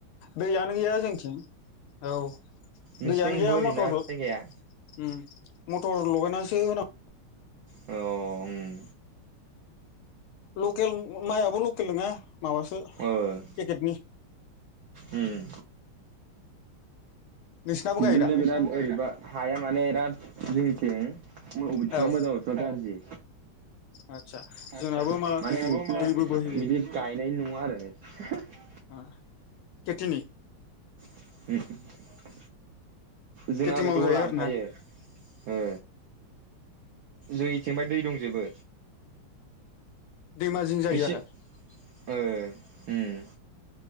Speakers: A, on the left; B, on the right.
A: दैयानो गैया जोंथिं औ
B: नोंसिनिथिं
A: दैयानो गैया
B: बोरि
A: मटर
B: ना जायगाया
A: उम मटर लगायनासो होनां
B: औ उम।
A: लकेल माइआबो लकेल नङा माबासो पेकेटनि।
B: ओ उम
A: नोंसिनाबो
B: बिदिनो
A: गायो दा
B: बिराद अरैबा हाया माने इराद जोंनिथिं। अबिथिंबा
A: औ
B: मोजां अबिथिंबा गाज्रि।
A: आदसा जोंनाबो
B: आतसा
A: मा
B: माने नोंसिना
A: दैबो बोहैयो
B: बिदि गायनाय नङा आरो <unintelligible>
A: ओ केथिनि
B: <unintelligible> जोंना
A: खेथि
B: ओरै
A: मावजायो
B: दला
A: आरो
B: ओमफायो
A: ना
B: ओ जोंनिथिंबाय दै दंजोबो
A: दैमाजिं जायो
B: नोंसि
A: आरो
B: ओ उम।